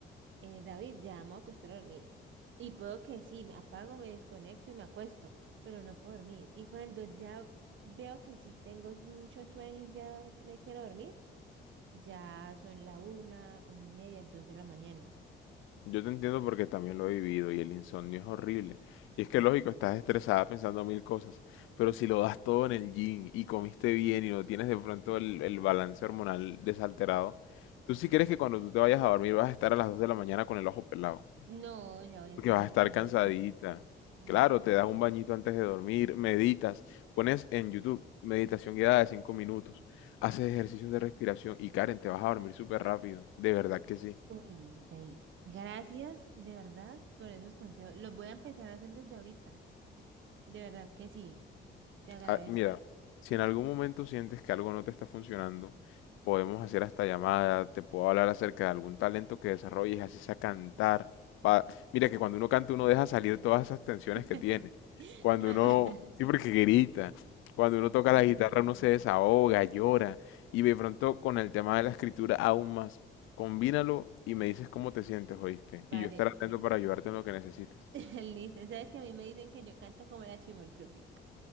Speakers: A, on the right (about 70°); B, on the left (about 85°).
A: eh, David, ya vamos a acostar a dormir. Y puedo que sí, me apago, me desconecto y me acuesto, pero no puedo dormir. Y cuando ya veo que sí tengo s- mucho sueño y ya me quiero dormir, Ya son la una, una y media, dos de la mañana.
B: Yo te entiendo porque también lo he vivido y el insomnio es horrible. Y es que
A: Sí.
B: lógico, estás estresada pensando mil cosas, pero si lo das todo en el gym y comiste bien y no tienes de pronto el, el balance hormonal desalterado, tú sí crees que cuando tú te vayas a dormir vas a estar a las 2 de la mañana con el ojo pelado,
A: No, ya voy a
B: porque
A: estar
B: vas
A: en
B: a
A: el
B: estar
A: cuento
B: cansadita.
A: de sueño. Mm.
B: Claro, te das un bañito antes de dormir, meditas, pones en YouTube meditación guiada de 5 minutos, haces ejercicios de respiración y Karen, te vas a dormir súper rápido, de verdad que sí.
A: Uy, David, gracias de verdad por esos consejos. Los voy a empezar a hacer desde ahorita. De verdad que sí, te agradezco.
B: Ah, Mira, si en algún momento sientes que algo no te está funcionando, podemos hacer hasta llamada, te puedo hablar acerca de algún talento que desarrolles, así sea cantar. pa- Mira que cuando uno canta uno deja salir todas esas tensiones
A: <laughs>
B: que tiene. Cuando
A: Ah,
B: uno, sí porque grita, cuando uno toca
A: em,
B: la guitarra uno se desahoga, llora. Y de pronto con el tema de la escritura aún más. Combínalo y me dices cómo te sientes, ¿oíste?
A: Vale,
B: Y yo estaré atento para ayudarte en lo que necesites.
A: <laughs> listo. Sabes que a mí me dicen que yo canto como la chimoltrufia.